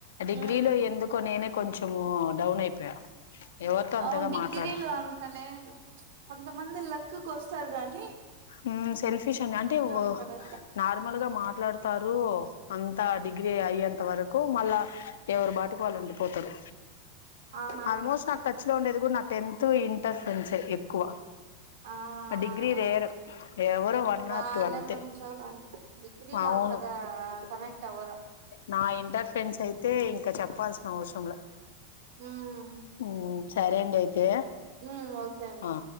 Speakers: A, on the left; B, on the right.
A: డిగ్రీలో
B: ఉ
A: ఎందుకో నేనే కొంచము డౌన్ అయిపోయా ఎవరితో అంతగా
B: అవున్ డిగ్రీలో
A: మాట్లాడను
B: అంతలేద్ కొంత మంది లక్క్క్ వస్తారు గాన్
A: ఉమ్ సెల్ఫిష్ అండి అంటే ఓ
B: అంటారు
A: నార్మల్ గా మాట్లాడతారు అంత డిగ్రీ అయ్యేంత వర కు మళ్ళా ఎవరు బాటిక్ వాళ్ళు ఉండిపోతరు
B: ఆహా
A: ఆల్మోస్ట్ నాక్ టచ్ లో ఉండేది గుడా నా టెన్త్ ఇంటర్ ఫ్రెండ్సే ఎక్కువ
B: ఆ
A: డిగ్రీ
B: అ
A: రేరు ఎవరో వన్
B: వాళ్ళే
A: ఆర్ టూ అంతే
B: మంచోల డిగ్రీలో
A: అవును
B: అంతగా కనెక్ట్వర
A: నా ఇంటర్ ఫ్రెండ్స్ అయితే ఇంకా చెప్పాల్సిన అవ్సరంల
B: ఉమ్
A: ఉమ్ సరే అండి అయితే
B: ఉమ్ ఓకే అండి
A: ఆ